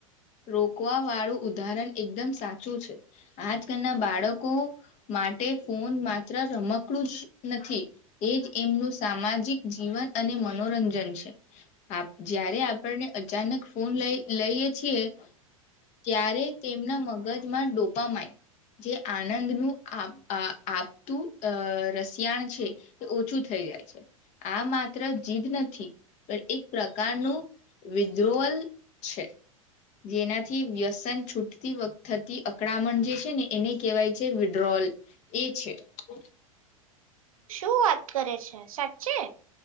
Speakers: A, on the left; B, on the right.
A: રોકવા વાળું ઉદાહરણ એકદમ સાચું છે આજકાલના બાળકો માટે ફોન માત્ર રમકડું જ નથી એ જ એમનું સામાજિક જીવન અને મનોરંજન છે. જ્યારે આપણને અચાનક ફોન લઈ લઈએ છીએ ત્યારે તેમના મગજમાં ડોપા માય જે આનંદનું આપતું રસિયાણ છે એ ઓછું થઈ જાય છે આ માત્ર જીદ નથી પણ એક પ્રકારનું વિદ્રોહલ છે જેનાથી વ્યસન છૂટતી વખતે થતી અકડામણ જે છે ને એને કહેવાય છે વિડ્રોલ એ છે હ
B: શું વાત કરે છે સાચે